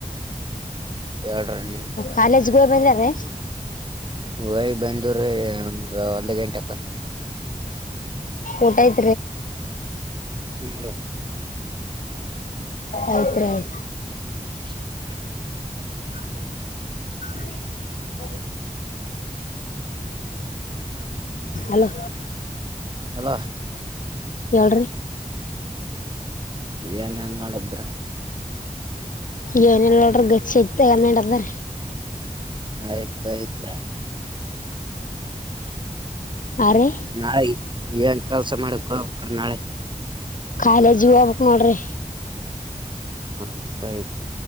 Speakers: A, on the right (about 35°); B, on the left (about 70°).
A: ಹೇಳ್ರಿ ನೀ
B: ಕಾಲೇಜ್ ಗೋಯ್ ಬಂದ ರೆ
A: ಹೋಗಿ ಬಂದವ್ರಿ ಒಂದ್ ಗಂಟೆಕ
B: ಊಟ <inaudible>
A: ಹ
B: ಆತರ
A: <inaudible>
B: ಹ್ಮ ಅಲೋ
A: ಅಲ
B: ಹೇಳ್ರಿ
A: ಏನೇನ್ ನೋಡದ್ರ
B: ಏನ್ ಇಲ್ ನೋಡ್ರಿಗಚ್ಚತದಾರ
A: ಯತ ಇತ
B: ಆರಿ
A: ನಾಳೆ ಏನ್ ಕೆಲ್ಸ ಮಾಡಕ್ ಹೋಗ್ಬಿಟ್ರಿ ನಾಳೆ
B: ಕಾಲೇಜ್ ಹೋಗ್ಬೇಕ್ ನೋಡ್ರಿ
A: ಹ್ಮ್ ಆಯ್ತು